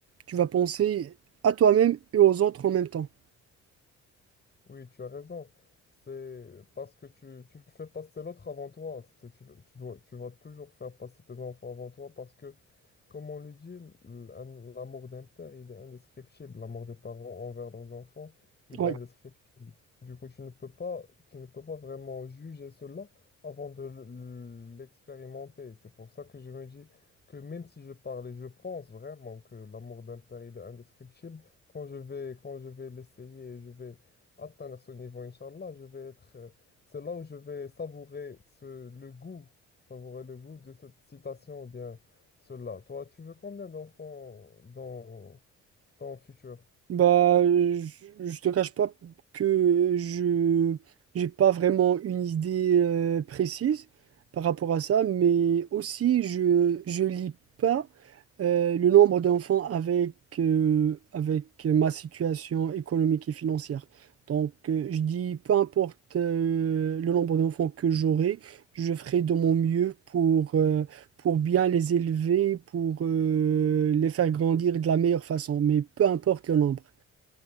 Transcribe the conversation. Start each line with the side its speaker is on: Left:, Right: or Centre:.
Right: Tu vas penser à toi-même et aux autres en même temps.
Left: Oui, tu as raison. C'est parce que tu, tu fais passer l'autre avant toi. C'est, tu, tu dois, tu vas toujours faire passer tes enfants avant toi parce que, comme on le dit, l- un- l'amour d'un père, il est indescriptible. L'amour des parents envers leurs enfants, il
Right: Ouais.
Left: est indescriptible. Du coup, tu ne peux pas, tu ne peux pas vraiment juger cela avant de l- l'expérimenter. C'est pour ça que je me dis que même si je parle et je pense vraiment que l'amour d'un père, il est indescriptible, quand je vais, quand je vais l'essayer, je vais atteindre ce niveau, Inch'Allah, je vais être. euh, C'est là où je vais savourer ce, le goût, savourer le goût de cette citation ou bien cela. Toi, tu veux combien d'enfants dans ton futur?
Right: Bah, je, je te cache pas que je j'ai pas vraiment une idée euh, précise par rapport à ça, mais aussi je je lis pas euh, le nombre d'enfants avec euh, avec ma situation économique et financière. Donc, euh, je dis peu importe euh, le nombre d'enfants que j'aurai, je ferai de mon mieux pour euh, pour bien les élever, pour euh, les faire grandir de la meilleure façon, mais peu importe le nombre.